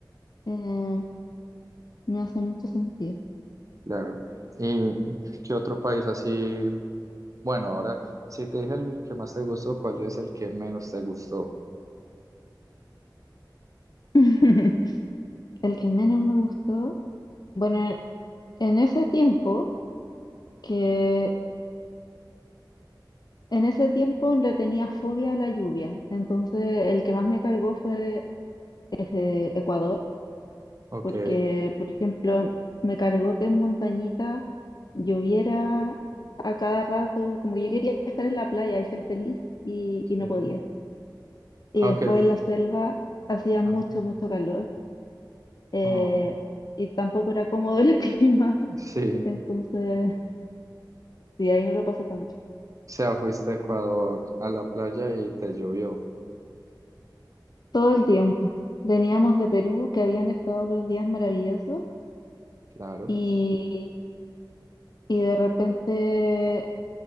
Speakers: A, on the left; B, on the right.
A: eh, me hace mucho sentido.
B: claro. ¿Y qué otro país así? Bueno, ahora, si te dije el que más te gustó, ¿cuál es el que menos te gustó?
A: <laughs> El que menos me gustó, bueno, e, en ese tiempo, que en ese tiempo le tenía fobia a la lluvia, entonces el que más me cargó fue ese Ecuador,
B: Ok,
A: porque, por ejemplo, me cargó que en montañita lloviera a cada rato, como que yo quería estar en la playa y ser feliz y, y
B: sí.
A: no podía. Y
B: Ok,
A: después
B: f-
A: en la selva hacía
B: ajá.
A: mucho, mucho calor eh,
B: Oh.
A: y tampoco era cómodo el <laughs> clima,
B: Sí,
A: entonces, sí, ahí no lo pasé tan
B: o sea, fuiste a Ecuador a la playa y te llovió,
A: Todo el tiempo. Veníamos de Perú, que habían estado los días maravillosos,
B: claro.
A: y, y de repente